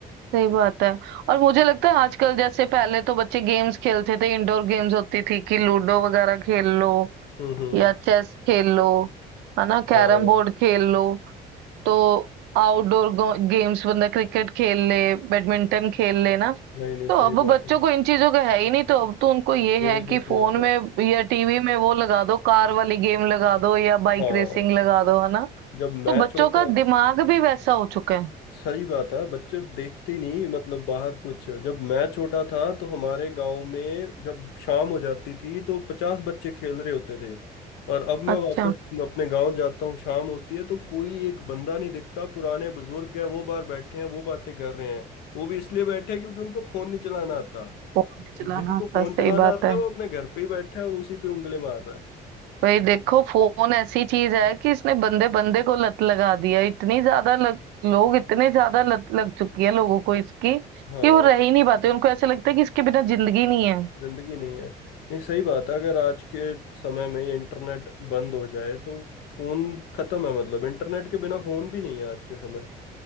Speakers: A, on the right (about 85°); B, on the left (about 85°).
A: सही बात है और मुझे लगता है आजकल जैसे पहले तो बच्चे गेम्स खेलते थे इंडोर गेम्स होती थी कि लूडो वगैरह खेल लो
B: हम्म हम्म
A: या चेस खेल लो है ना कैरम
B: हाँ
A: बोर्ड खेल लो तो आउटडोर गेम्स बंदा क्रिकेट खेल ले बैडमिंटन खेल ले ना
B: नहीं नहीं
A: तो
B: सही
A: अब
B: बात
A: बच्चों
B: है
A: को इन चीजों का है ही नहीं तो अब तो उनको ये
B: कोई
A: है
B: नहीं
A: कि
B: खेलता
A: फोन में या टीवी में वो लगा दो कार वाली गेम लगा दो या बाइक
B: हाँ
A: रेसिंग लगा दो है ना
B: जब मैं
A: तो बच्चों
B: छोटा
A: का दिमाग भी वैसा हो चुका है
B: सही बात है बच्चे देखते ही नहीं मतलब बाहर कुछ जब मैं छोटा था तो हमारे गांव में जब शाम हो जाती थी तो पचास बच्चे खेल रहे होते थे और अब मैं
A: अच्छा
B: वापस अपने गांव जाता हूँ शाम होती है तो कोई एक बंदा नहीं दिखता पुराने बुजुर्ग हैं वो बाहर बैठे हैं वो बातें कर रहे हैं वो भी इसलिए बैठे हैं क्योंकि उनको फोन नहीं चलाना आता
A: फोन नहीं
B: जिनको
A: चलाना आता
B: फोन
A: सही
B: चलाना
A: बात
B: आता
A: है
B: है वो अपने घर पे ही बैठा है और उसी पे उंगली मार रहा है
A: भाई देखो फोन ऐसी चीज है कि इसने बंदे बंदे को लत लगा दिया इतनी ज्यादा लग, लोग इतने ज्यादा लत लग चुकी है लोगों को इसकी कि
B: हाँ
A: वो रह ही नहीं पाते उनको ऐसे लगता है कि इसके बिना जिंदगी नहीं है
B: जिंदगी नहीं है नहीं सही बात है अगर आज के समय में ये इंटरनेट बंद हो जाए तो फोन खत्म है मतलब इंटरनेट के बिना फोन भी नहीं है आज के समय